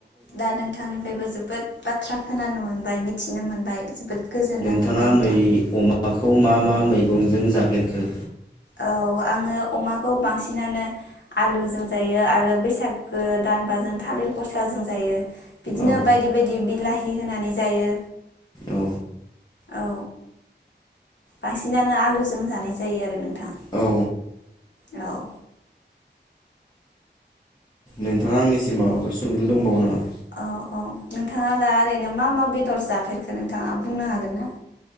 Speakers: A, on the left (about 75°); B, on the left (about 20°).
A: दा नोंथांनिफ्रायबो जोबोद बाथ्रा खोनानो मोनबाय मि मिथिनो मोनबाय जोबोद गोजोननाय
B: नोंथाङा
A: मोनबाय नोंथां
B: मै अमाखौ मा मा मैगंजों जाख फेरखो?
A: औ आङो अमाखौ बांसिनानो आलुजों जायो आरो बैसागो दानबाजों थालिर फस्लाजों जायो बिदिनो
B: औ
A: बायदि बायदि बिलाहि होनानै जायो।
B: औ
A: औ बांसिनानो आलुजों जानाय जायो आरो नों
B: औ
A: औ
B: नोंथाङा आंनिसिम माबाफोर सोंलु दंबावो नामा?
A: औ औ नोंथाङा दा ओरैनो मा मा बेदर जाफेरखो नोंथाङा बुंनो हागोन ना?